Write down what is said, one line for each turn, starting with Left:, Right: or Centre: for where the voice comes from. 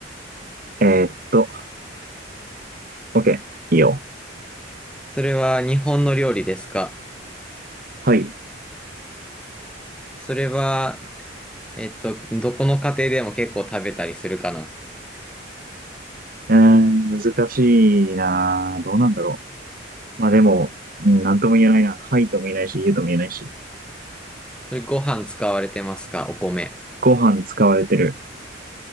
Right: えーっと、オッケー。いいよ。
Centre: それは日本の料理ですか
Right: はい。
Centre: それは、えっと、どこの家庭でも結構食べたりするかな
Right: えー、難しいなぁ。どうなんだろう。まあでも、うん、なんとも言えないな。はいとも言えないし、言うとも言えないし。
Centre: それご飯使われてますかお米。
Right: ご飯使われてる。